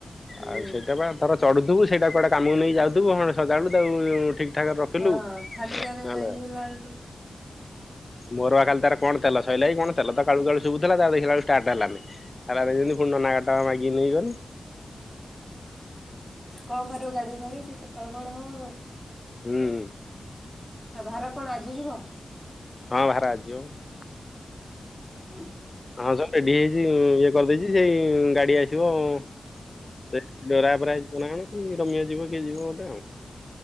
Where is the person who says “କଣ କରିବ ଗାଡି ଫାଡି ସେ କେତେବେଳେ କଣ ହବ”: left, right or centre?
Centre